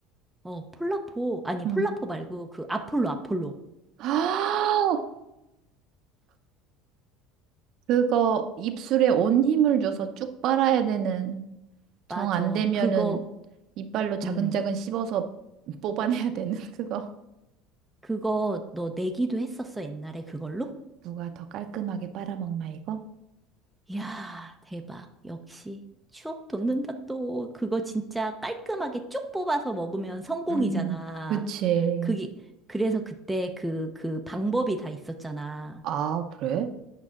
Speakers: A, in the centre; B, on the right.
A: 어, 폴라포. 아니,
B: 응.
A: 폴라포 말고 그 아폴로, 아폴로.
B: <gasps> 그거 입술에 온 힘을 줘서 쭉 빨아야 되는, 정
A: 맞아.
B: 안 되면은
A: 그거,
B: 이빨로 자근자근
A: 음,
B: 씹어서 <laughs> 뽑아내야 되는 그거.
A: 그거 너 내기도 했었어, 옛날에 그걸로?
B: 누가 더 깔끔하게 빨아먹나 이거?
A: 이야, 대박. 역시. 추억 돋는다 또. 그거 진짜 깔끔하게 쭉 뽑아서 먹으면 성공이잖아.
B: 음, 그치.
A: 그게, 그래서 그때 그, 그 방법이 다 있었잖아.
B: 아, 그래?